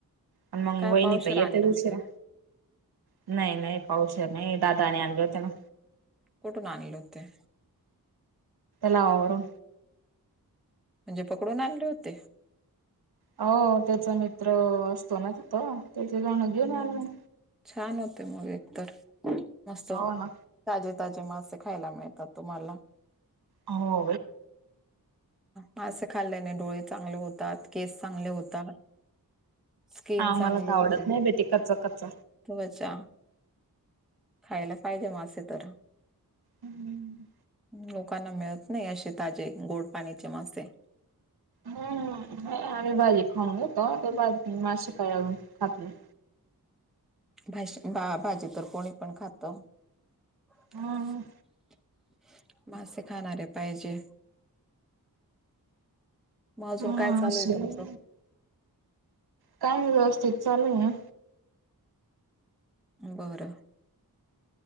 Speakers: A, on the right (about 80°); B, in the centre.
A: आणि मग
B: काय
A: वहिनी
B: पावशेर
A: तर येते
B: आणले
A: दुशिरा
B: होते
A: नाही नाही पावस नाही दादाने आणले होते ना
B: कुठून आणले होते
A: लावर
B: म्हणजे पकडून आणले होते
A: हो त्याचा मित्र असतो ना तिथं त्याचे जाण घेऊन
B: ह
A: आला मग.
B: छान होते मग एकतर मस्त
A: हो ना
B: ताजे ताजे मासे खायला मिळतात तुम्हाला
A: हो
B: मासे खाल्ल्याने डोळे चांगले होतात केस चांगले होतात स्कीम
A: आम्हाला
B: चांगली
A: तर
B: होती
A: आवडत नाही बेटे कर्चा कर्च
B: ते बचा खायला पाहिजे मासे तर
A: हम्म
B: लोकांना मिळत नाही असे ताजे गोड पाणीचे मासे
A: हम्मही बाजी खाऊ घे त बा मासे खा खातली
B: भा बा भाजी तर कोणी पण खात <unintelligible>
A: हम
B: मसे खाणारे पाहिजे मग अजून
A: हम
B: काय चालू
A: असं.
B: आहे तुमचं
A: काय व्यवस्थित चालूय ना
B: बरं